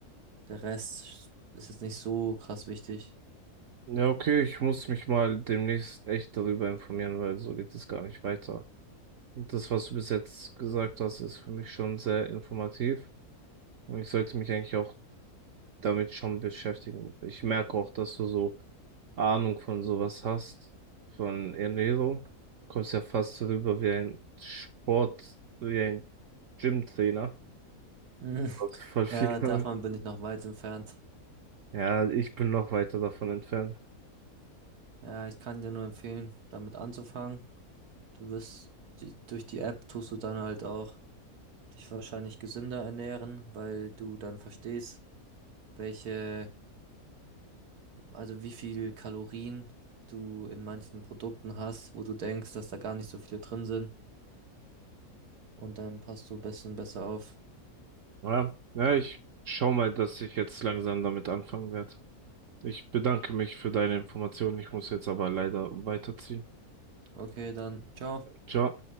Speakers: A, on the right; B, on the right.
A: der Rest ist jetzt nicht so krass wichtig. <laughs>
B: Ja, okay, ich muss mich mal demnächst echt darüber informieren, weil so geht es gar nicht weiter. Und das, was du bis jetzt gesagt hast, ist für mich schon sehr informativ. Und ich sollte mich eigentlich auch damit schon beschäftigen. Ich merke auch, dass du so Ahnung von sowas hast, von Ernährung. Kommst ja fast rüber wie ein Sport, wie ein Gymtrainer.
A: Mhm.
B: Also voll viel.
A: Ja, davon
B: Ahnung.
A: bin ich noch weit entfernt.
B: Ja, ich bin noch weiter davon entfernt.
A: Ja, ich kann dir nur empfehlen, damit anzufangen. Du wirst die, durch die App tust du dann halt auch dich wahrscheinlich gesünder ernähren, weil du dann verstehst, welche, also wie viel Kalorien du in manchen Produkten hast, wo du denkst, dass da gar nicht so viele drin sind. Und dann passt du ein bisschen besser auf.
B: Ja, ja, ich schau mal, dass ich jetzt langsam damit anfangen werde. Ich bedanke mich für deine Informationen. Ich muss jetzt aber leider weiterziehen.
A: Okay, dann, ciao.
B: Ciao.